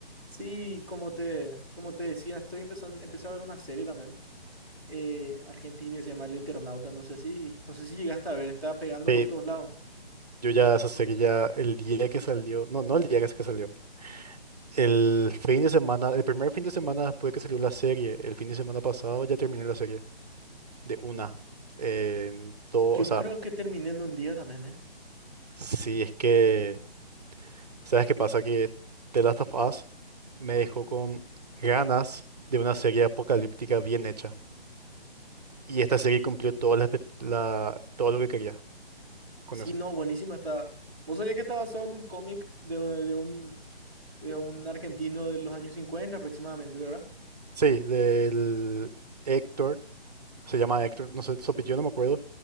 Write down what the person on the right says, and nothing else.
Sí,
yo ya sé que ya el día que salió, no, no el día que que salió, el fin de semana, el primer fin de semana después que salió la serie, el fin de semana pasado ya terminé la serie de una. En todo,
o sea,
si es que, ¿sabes qué pasa? Que The Last of Us me dejó con ganas de una serie apocalíptica bien hecha. Y esta serie cumplió todo, la, espe- la- todo lo que quería con
eso.
Sí, del Héctor. se llama Hector, no sé, Sopelló, no me acuerdo,